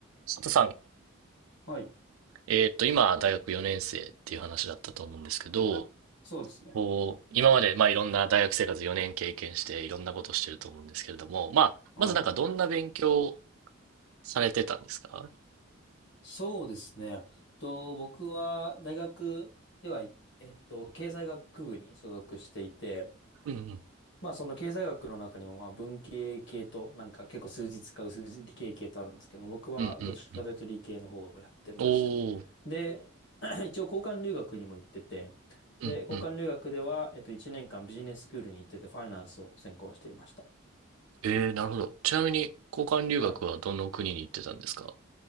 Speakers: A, on the right; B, on the left.
A: 佐藤さん、
B: はい。
A: えっと、今、大学4年生っていう話だったと思うんですけど、
B: そうですね。
A: こう、今まで、まあ、いろんな大学生活4年経験して、いろんなことしてると思うんですけれども、まあ、
B: はい。
A: まずなんか、どんな勉強をされてたんですか
B: そうですね。と、僕は大学では、いえっと、経済学部に所属していて、
A: うんうん。
B: まあその経済学の中にもまあ文系系となんか結構数字使う数字理系系とあるんですけど、僕はどっちかというと理系の方をやってました。
A: うんうんうん。おー。
B: で、<clears throat> 一応交換留学にも行ってて、
A: うんうん。
B: で、交換留学では、えっと、1年間ビジネススクールに行っててファイナンスを専攻していました。
A: えー、なるほど。ちなみに、交換留学はどの国に行ってたんですか
B: はい。